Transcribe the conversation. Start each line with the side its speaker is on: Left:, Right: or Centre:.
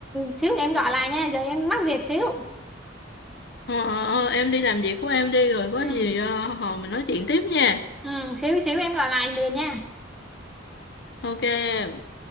Centre: xíu nữa em gọi lại nha giờ em mắc việc xíu
Left: ờ, ờ, ờ, em đi làm việc của em đi rồi có
Centre: ừ,
Left: gì ờ, hồi mình nói chuyện tiếp nha
Centre: ừ xíu xíu em gọi lại liền nha
Left: ok em